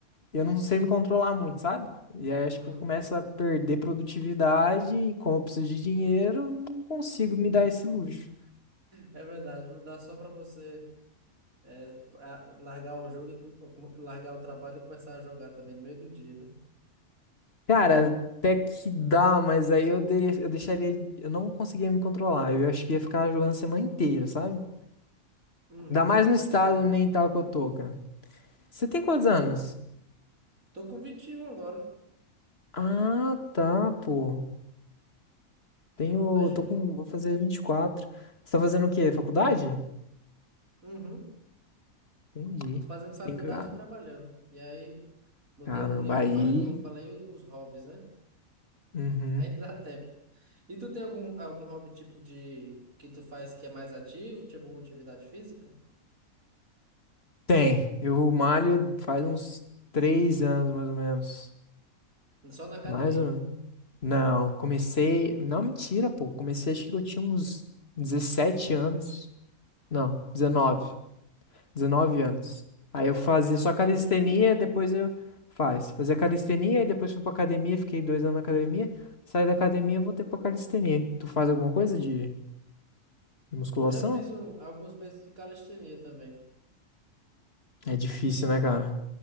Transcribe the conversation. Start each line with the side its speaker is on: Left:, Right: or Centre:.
Left: eu não sei me controlar muito, sabe? E aí
Right: Uhum.
Left: acho que eu começo a perder produtividade e como eu preciso de dinheiro, eu não consigo
Right: <laughs>
Left: me dar esse luxo.
Right: É verdade, não dá só para você é, a- largar o jogo, e com- com- largar o trabalho e começar a jogar também no meio do dia, né?
Left: Cara, até que dá, mas aí eu, dei, eu deixaria, eu não conseguia me controlar. Eu acho que ia ficar jogando a semana inteira, sabe?
Right: Uhum.
Left: Ainda mais no estado
Right: Sei como é.
Left: mental que eu tô, cara. Você tem quantos anos?
Right: Tô com 21 agora,
Left: Ah, tá, pô. Tenho,
Right: mas de
Left: tô
Right: boa.
Left: com, vou fazer 24. Você tá fazendo o quê? Faculdade?
Right: Uhum.
Left: Entendi.
Right: Tô fazendo
Left: Você
Right: faculdade
Left: tem que. ah,
Right: e trabalhando. E aí, no
Left: Caramba,
Right: tempo livre,
Left: aí
Right: eu falei, como eu falei, os hobbies, né?
Left: Uhum.
Right: Ainda dá tempo. E tu tem algum, algum hobby tipo de que tu faz que é mais ativo, tipo uma atividade física?
Left: Tem. Eu malho faz uns três anos, mais ou menos.
Right: Só na academia.
Left: Mais ou menos. Não, comecei. Não, mentira, pô. Comecei, acho que eu tinha uns 17 anos. Não, 19, 19 anos. Aí eu fazia
Right: Pô, faz
Left: só
Right: um
Left: calistenia,
Right: tempinho já então.
Left: depois eu. Faz. Fazia calistenia, e depois fui pra academia, fiquei dois anos na academia. Saí da academia, voltei pra calistenia. Tu faz alguma coisa de, de musculação?
Right: Eu já fiz um- alguns meses de calistenia também.
Left: É difícil, né, cara?